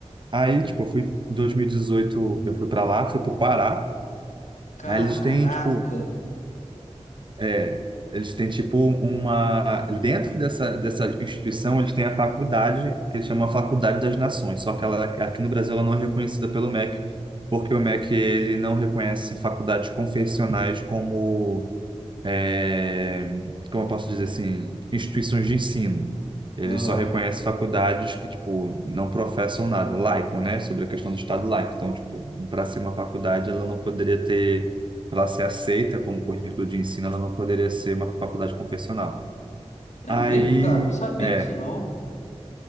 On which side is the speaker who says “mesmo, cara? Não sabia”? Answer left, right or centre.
Left